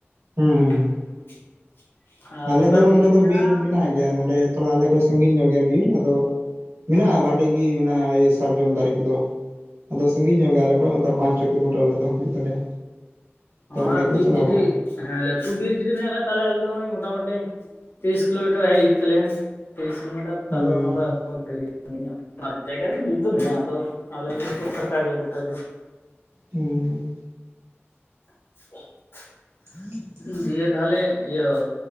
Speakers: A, on the right; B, on the left.
A: ᱦᱩᱸ ᱦᱩᱸ᱾
B: <inaudible> ᱟᱨ
A: ᱟᱞᱮ
B: ᱱᱚᱝᱠᱟ
A: ᱫᱚ ᱱᱚᱸᱰᱮ ᱫᱚ
B: ᱦᱮᱸ
A: ᱵᱤᱨ ᱢᱮᱱᱟᱜ ᱜᱮᱭᱟ ᱱᱚᱸᱰᱮ ᱛᱷᱚᱲᱟ ᱟᱞᱮ ᱠᱷᱚᱡ ᱥᱜᱤᱧ ᱧᱚᱜ ᱜᱮᱭᱟ ᱵᱤᱨ, ᱟᱫᱚ ᱢᱮᱱᱟᱜᱼᱟ ᱵᱷᱟᱹᱞᱤ ᱜᱮ ᱢᱮᱱᱟᱜᱼᱟ ᱥᱟᱨᱡᱚᱢ ᱫᱟᱨᱮ ᱠᱚᱫᱚ ᱟᱫᱚ ᱥᱟᱺᱜᱤᱧ ᱧᱚᱜ ᱜᱮᱭᱟ ᱟᱞᱮ ᱦᱳᱜ ᱚᱱᱠᱟ ᱯᱟᱸᱪ ᱪᱷᱚ ᱠᱤᱞᱳᱢᱤᱴᱟᱨ ᱟᱞᱮ ᱫᱚ ᱦᱩᱭᱩᱜ ᱛᱟᱞᱮᱭᱟ᱾ ᱛᱚ ᱚᱸᱰᱮ
B: ᱟᱨ
A: ᱜᱮᱞᱮ
B: ᱵᱤᱨ
A: ᱪᱟᱞᱟᱣ
B: ᱡᱩᱫᱤ
A: ᱵᱟᱲᱟᱜᱼᱟ
B: ᱦᱮᱸ ᱞᱟᱹᱴᱩ ᱵᱤᱨ ᱡᱩᱫᱤ ᱢᱮᱱᱟᱜ ᱠᱷᱟᱡ ᱛᱟᱦᱚᱞᱮ ᱟᱞᱮ ᱫᱚ ᱱᱚᱭ ᱢᱚᱴᱟ ᱢᱩᱴᱟ-ᱢᱩᱴᱤ ᱛᱤᱨᱤᱥ ᱠᱤᱞᱳᱢᱤᱴᱟᱨ ᱦᱮᱡ ᱦᱩᱭᱩᱜ ᱛᱟᱞᱮᱭᱟ ᱛᱤᱨᱤᱥ ᱠᱤᱞᱳᱢᱤᱴᱟᱨ
A: ᱦᱩᱸ
B: ᱛᱟᱯᱚᱨ ᱚᱱᱟ ᱠᱷᱚᱡ ᱢᱚᱴᱟ-ᱢᱩᱴᱤ ᱢᱟᱨᱮ ᱡᱟᱭᱜᱟ ᱨᱮᱫᱚ ᱵᱤᱨ ᱫᱚ ᱢᱮᱱᱟᱜᱼᱟ ᱟᱫᱚ ᱟᱞᱮ ᱥᱮᱫ ᱫᱚ ᱯᱷᱟᱸᱠᱟ ᱜᱮᱭᱟ ᱜᱚᱴᱟᱜᱮ᱾
A: ᱦᱩᱸ᱾
B: <inaudible>
A: ᱦᱮᱸ ᱦᱮᱸ
B: ᱫᱤᱭᱮ ᱛᱟᱦᱚᱞᱮ ᱤᱭᱟᱹ